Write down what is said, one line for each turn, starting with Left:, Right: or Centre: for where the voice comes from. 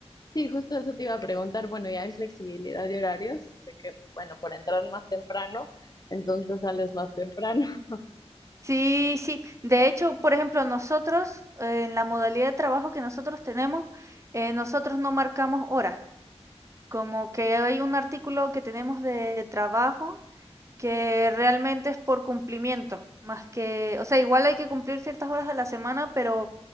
Left: Sí, justo eso te iba a preguntar. Bueno, ya hay flexibilidad de horarios, de que, bueno, por entrar más temprano, entonces sales más temprano. <laughs>
Right: Sí, sí. De hecho, por ejemplo, nosotros, eh, en la modalidad de trabajo que nosotros tenemos, eh, nosotros no marcamos horas. Como que hay un artículo que tenemos de trabajo que realmente es por cumplimiento, más que, o sea, igual hay que cumplir ciertas horas a la semana, pero